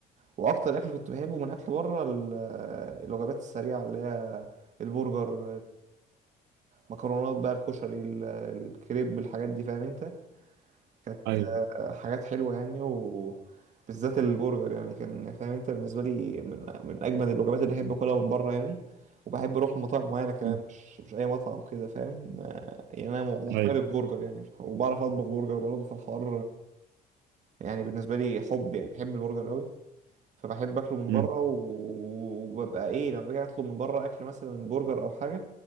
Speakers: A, on the right; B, on the right.
A: واكتر اكل كنت بحبه من اكل بره ال- الوجبات السريعه اللي هي البرجر المكرونات بقى الكشري ال- الكريب الحاجات دي فاهم انت كانت
B: أيوه
A: حاجات حلوه يعني وبالذات البرجر يعني كان فاهم انت بالنسبه لي من, من اجمد الوجبات اللي احب اكلها من بره يعني وبحب اروح لمطاعم معينه كمان
B: مم.
A: مش مش اي مطعم كده فاهم آه، يعني انا محترف
B: أيوه
A: برجر يعني وبعرف اطبخ برجر برضه في الحوار يعني بالنسبه لي حب يعني بحب البرجر قوي فبحب اكله من
B: مم.
A: بره و- وببقى ايه لما باجي اطلب من بره اكل مثلا برجر او حاجه